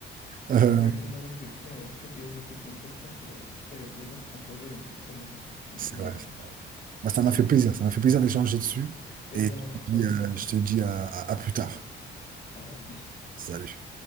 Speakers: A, on the right; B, on the left.
A: Euh,
B: Exactement, non, mais c'est très, euh, très philosophique. C'est une question que tu sais, les philosophes se sont posées depuis très longtemps. Du
A: c'est
B: coup,
A: vrai.
B: euh,
A: Bah, ça m'a fait plaisir. Ça m'a fait plaisir d'échanger dessus.
B: plaisir
A: Et
B: à partager.
A: je te dis, euh, je te dis à à- à plus tard.
B: Allez, à plus.
A: Salut.